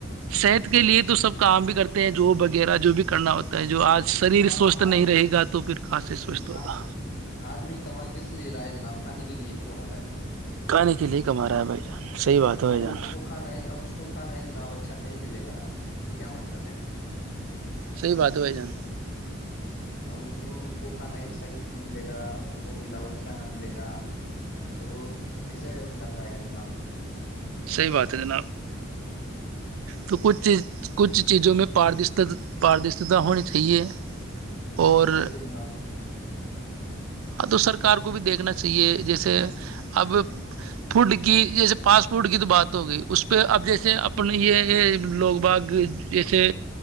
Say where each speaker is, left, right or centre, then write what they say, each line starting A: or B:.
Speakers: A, on the right (about 80°); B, on the left (about 60°).
A: صحت کے لیے تو سب کام بھی کرتے ہیں جو وغیرہ جو بھی کرنا ہوتا ہے جو آج شریر
B: کاما
A: سوستھ نہیں
B: آدمی
A: رہے گا تو پھر کہاں سے سوستھ ہوگا
B: آ- آدمی کما کس لیے رہا ہے جناب کانے کے لیے تو کما رہا ہے
A: کھانے کے لیے کما رہا ہے بھائی جان صحیح بات ہے بھائی
B: اب وہ
A: جان
B: اس کو کھانا ہے اب اس کو کھانا ہے جنا اب اچھا نہیں ملے گا تو کیا مطلب ہے
A: سی بات بائی جان
B: ا اس اس کو کھانا ہی صحیح نہیں ملے گا اس کو ملاوٹی کھانا ملے گا تو وہ کیسے کر پائے گا جناب
A: صحیح بات ہے جناب تو کچھ چیز کچھ چیزوں میں پ پاردشتا ہونی چاہیے اور
B: ا تو جناب
A: ہ تو سرکار کو بھی دیکھنا چاہیے جیسے اب فوڈ کی جیسے پاس فٹوٹ کی تو بات ہوگئی اس پہ اب جیسے اپنے یہ لوگ باغ جیسے